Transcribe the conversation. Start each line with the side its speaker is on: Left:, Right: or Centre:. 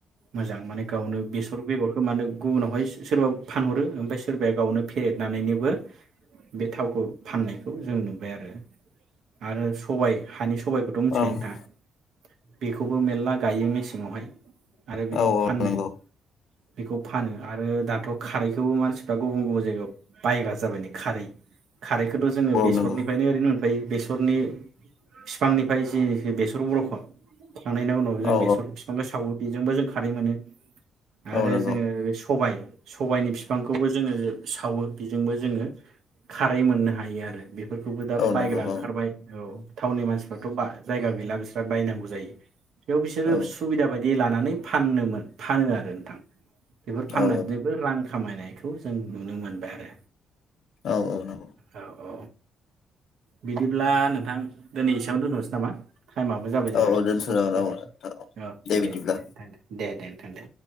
Right: मोजां माने गावनो बेसर बेगर गोमानो गुबुनावहाय सोरबा फानहरो ओमफ्राय सोरबाया गावनो फे <unintelligible> बे थावखौ फाननायखौ जों नुबायआरो आरो सबाय हानि सबायखौथ' मिथिखायो
Left: औ औ
Right: नोंथाङा? बेखौबो मेरला गायो मेसें आवहाय। आरो
Left: औ
Right: बेखौ
Left: औ
Right: फाननो
Left: नंगौ औ
Right: बेखौ फानो आरो दाथ' खारैखौबो मानसिफ्रा गुबुन गुबुन जायगायाव बायग्रा जाबाय ना खारै। खारैखौथ' जोङो बेसरनिफ्रायनो
Left: नंगौ
Right: ओरैनो ओमफाय बेसरनि बिफांनिफ्राय जि बेसर <unintelligible> ' थांनायनि उनाव जों
Left: औ
Right: बेसर बिफांखौ सावो। बेजोंबो जों खारै मोनो आरो
Left: औ नंगौ
Right: जोङो सबाय सबायनि फिफांखौबो जोङो सावो। बेजोंबो जोङो खारै मोननो हायोआरो। बेफोरखौबो दा
Left: औ
Right: बायग्रा
Left: नंगौ
Right: ओंखारबाय
Left: औ
Right: औ। टाउननि मानसिफ्राथ' बा जायगा गैला बिस्रा बायनांगौ जायो बेयाव बिसोरो
Left: औ
Right: सुबिदा बायदि लानानै फाननो मो फानो आरो नोंथां। बेफोर फाननानैबो
Left: औ
Right: रां खामायनायखौ जों नुनो मोनबाय आरो।
Left: औ नंगौ
Right: औ औ बिदिब्ला नोंथां दिनै एसेयावनो दोन्थ'सै नामा? टाइमाबो जाबाय जोंहा
Left: औ औ दोनथ'
Right: समा
Left: जागोन
Right: जाबाय औ
Left: बिदिब्ला
Right: दे दे नोंथां दे। दे नोंथां दे।